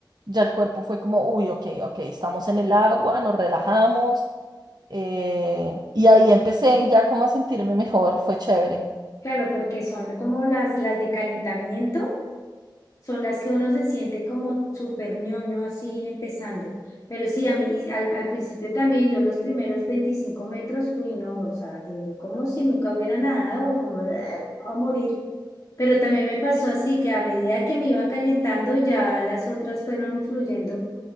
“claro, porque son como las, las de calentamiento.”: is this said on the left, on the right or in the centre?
Left